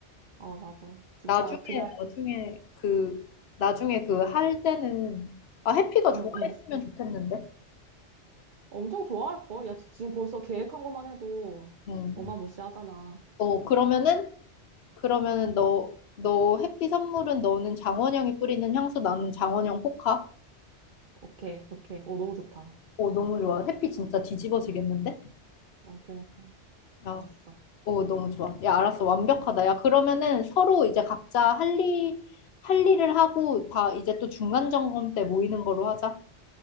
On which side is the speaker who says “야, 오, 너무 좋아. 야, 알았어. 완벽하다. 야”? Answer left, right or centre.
Left